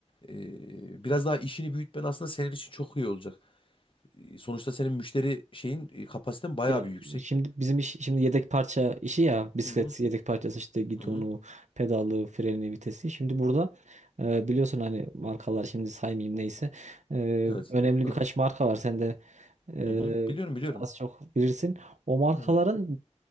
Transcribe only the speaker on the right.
Ya
şimdi bizim iş şimdi yedek parça işi ya bisiklet
yedek parçası işte gidonu,
pedalı, freni, vitesi. Şimdi burada e, biliyorsun hani markalar şimdi saymayayım neyse. E,
önemli
birkaç
marka var. Sen de e,
az çok bilirsin. O markaların